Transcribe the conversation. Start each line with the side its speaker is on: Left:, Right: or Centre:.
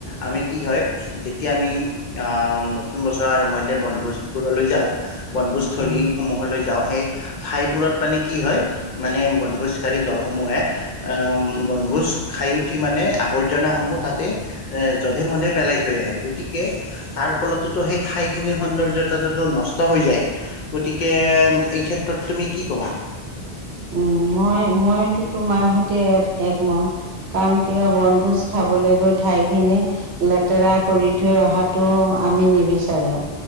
Left: আমি কি হয় যেতিয়া আমি অ নতুন বছৰৰ আৰম্ভণিতে বনভোজোৰলৈ যা যাওঁ বনভোজ স্থলীসমূহলৈ
Right: উম
Left: যাওঁ সেই ঠাইবোৰত মানে কি হয় মানে বনভোজ ভোজ দলসমূহে আ বনভোজ খায় উঠি মানে আৰ্ৱজনাসমূহ তাতে এ যধে মধে পেলাই থৈ আহে। গতিকে তাৰ ফলতোতো সেই ঠাইখিনি সৌন্দৰ্যতা নষ্ট হৈ যায় গতিকে এই ক্ষেত্ৰত তুমি কি কবা?
Right: উম, মই মইটো তোমাৰ সৈতে একমত। কাৰণ কিয় বনভোজ খাবলৈ গৈ ঠাই খিনি লেতেৰা কৰি থৈ অহাটো আমি নিবিচাৰো